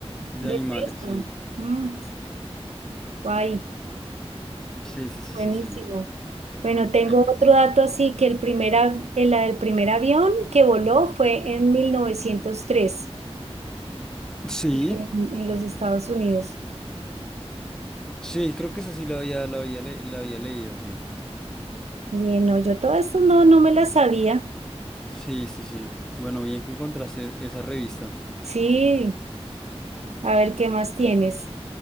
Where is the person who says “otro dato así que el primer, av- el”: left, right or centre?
Right